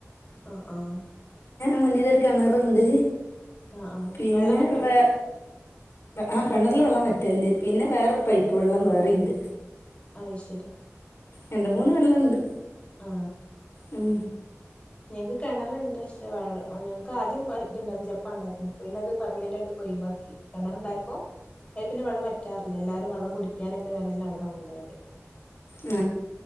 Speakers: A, on the left; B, on the left.
A: ആ, ആ
B: മുന്നില് ഒരു കിണറുണ്ട്
A: ആ, ആ,
B: പിന്നെ
A: വെള്ളം വറ്റോ
B: വേ ആ കിണറില് വെള്ളം വറ്റലണ്ട്, പിന്നെ വേറൊരു പൈപ്പ് വെള്ളം വേറെയുണ്ട്.
A: അത് ശരി
B: രണ്ട് മൂന്ന് വെള്ളം ഉണ്ട്
A: ആ
B: ഉം
A: ഞങ്ങക്ക് കിണറുണ്ട് പക്ഷേ വെള്ള ഞൾക്ക് ആദ്യം ഇതുണ്ടായിരുന്നു ജപ്പാൻ ഉണ്ടായിരുന്നു പിന്നെ അത് പെർമനന്റായിട്ട് പ്പോ ഓയ് വാക്കി, കിണർ ഉണ്ടായപ്പോ അയ് പിന്നെ വെള്ളം വറ്റാറില്ല എല്ലാരും വെള്ളം കുടിക്കാനൊക്കെ വേനലിന് അവിടെന്ന് കൊണ്ട പോകല്
B: ഉ